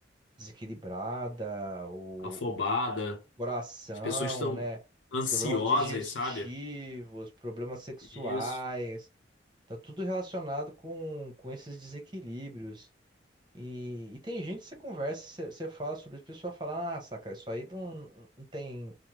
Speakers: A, on the right; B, on the left.
A: desequilibrada, o,
B: Afobada.
A: o coração,
B: As pessoas estão
A: né?
B: ansiosas,
A: Problemas digestivos,
B: sabe?
A: problemas sexuais,
B: Isso.
A: tá tudo relacionado com, com esses desequilíbrios. E, e tem gente que você conversa, você, você fala sobre isso, a pessoa fala, ah, saca, isso aí não, não tem